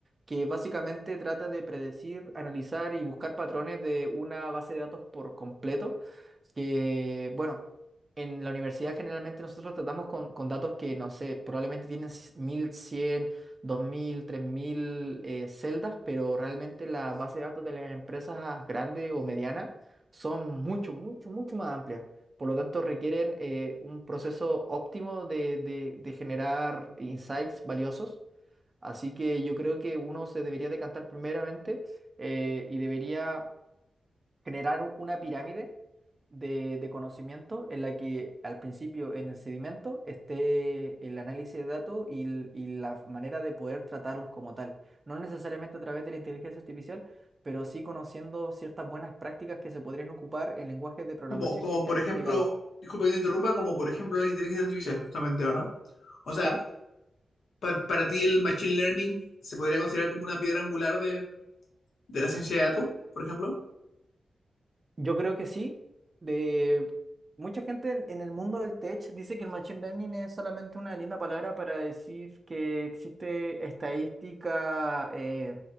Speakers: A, on the right; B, on the left.
A: que básicamente trata de predecir, analizar y buscar patrones de una base de datos por completo, que, bueno, en la universidad generalmente nosotros tratamos con, con datos que, no sé, probablemente tienen c- 1100, 2000, 3000 eh, celdas, pero realmente la base de datos de las empresas grandes o medianas son mucho, mucho, mucho más amplias. Por lo tanto, requieren eh, un proceso óptimo de de- de generar insights valiosos Así que yo creo que uno se debería decantar primeramente eh, y debería generar u- una pirámide de, de conocimiento en la que al principio en el sedimento esté el análisis de datos y, l- y la manera de poder tratarlos como tal. No necesariamente a través de la inteligencia artificial, pero sí conociendo ciertas buenas prácticas que se podrían ocupar en lenguajes de programación
B: Como, como
A: que estén
B: por
A: re-
B: ejemplo,
A: ligados.
B: disculpa que te interrumpa, como por ejemplo la inteligencia artificial, justamente, ¿verdad? O sea,
A: ¿Sí?
B: pa- para ti el machine learning se podría considerar como una piedra angular de, de la ciencia de datos, por ejemplo.
A: Yo creo que sí. De mucha gente en, en el mundo del tech dice que el machine learning es solamente una linda palabra para decir que existe estadística eh,